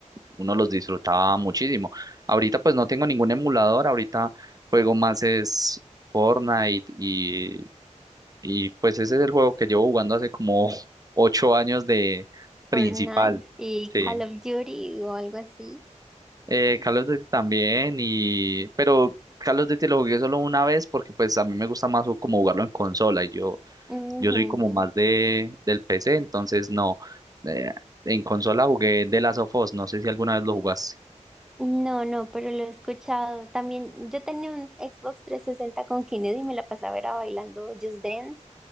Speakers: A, on the right; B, in the centre.
A: uno los disfrutaba muchísimo. Ahorita pues no tengo ningún emulador, ahorita juego más es Fortnite y, y pues ese es el juego que llevo jugando hace como <laughs> ocho años de principal.
B: Fortnite y
A: Sí.
B: Call of Duty o algo así.
A: Eh, Call of Duty también, y... pero Call of Duty lo jugué solo una vez porque pues a mí me gusta más como jugarlo en consola y yo,
B: Ujú,
A: yo soy como
B: ujú.
A: más de, del PC, entonces no. Eh, en consola jugué The Last of Us, no sé si alguna vez lo jugaste.
B: No, no, pero lo he escuchado. También yo tenía un Xbox 360 con Kinect y me la pasaba era bailando Just Dance